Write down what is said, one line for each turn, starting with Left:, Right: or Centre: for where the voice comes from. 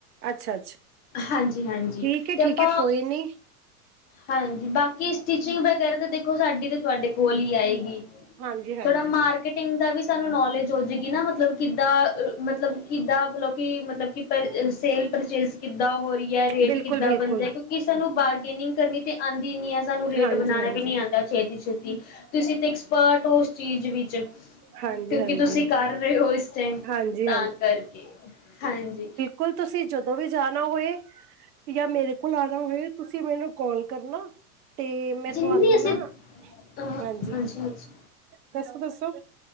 Right: ਅੱਛਾ ਅੱਛਾ
Left: ਹਾਂਜੀ, ਹਾਂਜੀ
Right: ਠੀਕ ਹੈ
Left: ਤੇ
Right: ਠੀਕ
Left: ਆਪਾਂ
Right: ਹੈ ਕੋਈ ਨੀ
Left: ਹਾਂਜੀ ਬਾਕੀ ਸਟਿਚਿੰਗ ਵਗੈਰਾ ਤਾਂ ਦੇਖੋ ਸਾਡੀ ਤਾਂ ਤੁਹਾਡੇ ਕੋਲ ਈ ਆਏਗੀ
Right: ਹਾਂਜੀ ਹਾਂਜੀ
Left: ਥੋੜਾ ਮਾਰ ਫਿਟਿੰਗ ਦਾ ਵੀ ਸਾਨੂੰ ਨੌਲੇਜ ਹੋ ਜਾਵੇਗੀ ਨਾ ਮਤਲਬ ਕਿੱਦਾਂ ਮਤਲਬ ਕਿੱਦਾਂ ਮਤਲਬ ਕਿ ਮਤਲਬ ਕਿ ਪਰ ਸੇਲ ਪਰਚੇਜ ਕਿੱਦਾਂ ਹੋ ਰਹੀ ਹੈ ਰੇਟ
Right: ਬਿਲਕੁਲ
Left: ਕਿੱਦਾਂ
Right: ਬਿਲਕੁਲ
Left: ਬਣਦਾ ਕਿਉਂਕਿ ਸਾਨੂੰ ਬਾਰਗੇਨਿੰਗ ਕਰਨੀ ਤੇ ਆਉਂਦੀ ਨੀ ਹੈ ਸਾਨੂੰ ਰੇਟ
Right: ਹਾਂਜੀ
Left: ਬਣਾਉਣਾ
Right: ਹਾਂਜੀ
Left: ਵੀ ਨੀ ਆਉਂਦਾ ਛੇਤੀ ਛੇਤੀ ਤੁਸੀਂ ਤੇ ਐਕਸਪਰਟ ਹੋ ਉਸ ਚੀਜ਼ ਵਿੱਚ
Right: ਹਾਂਜੀ
Left: ਕਿਉਂਕਿ
Right: ਹਾਂਜੀ
Left: ਤੁਸੀਂ ਕਰ ਰਹੇ ਹੋ ਇਸ ਟਾਈਮ
Right: ਹਾਂਜੀ
Left: ਤਾਂ ਕਰਕੇ, ਹਾਂਜੀ
Right: ਹੁਣ ਤੁਸੀਂ ਜਦੋਂ ਵੀ ਜਾਣਾ ਹੋਏ ਜਾਂ ਮੇਰੇ ਕੋਲ ਆਣਾ ਹੋਏ ਤੁਸੀਂ ਮੈਨੂੰ ਕਾਲ ਕਰਨਾ ਤੇ ਮੈਂ ਤੁਹਾਨੂੰ
Left: ਨਹੀਂ ਅਸੀਂ
Right: ਨਾ
Left: ਹਾਂਜੀ-ਹਾਂਜੀ
Right: ਹਾਂਜੀ ਦੱਸੋ ਦੱਸੋ